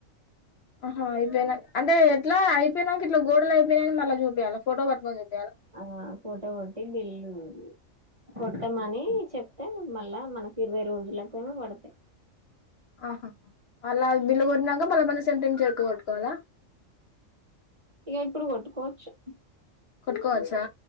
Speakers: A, on the left; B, on the right.
A: అహా అయిపోయిన అంటే ఎట్లా అయిపోయినంక ఇట్లా గోడలు అయిపోయినయని మళ్ళ చూపియాల ఫోటో పట్టుకొని చూపి
B: ఆ ఫోటో కొట్టి బిల్లు కొట్టమని చెప్తే మళ్ళా మనకి ఇరవై రోజులకైనా పడ్తయ్
A: ఆహా.. అల్లా బిల్లు కొట్టినాక మళ్ళా మన సెంటెన్స్ ఎక్కువ్ కొట్టుకోవాలా
B: ఎగిప్పుడు కొట్టుకోవచ్చు హ్ మ్
A: కొట్కోవచ్చా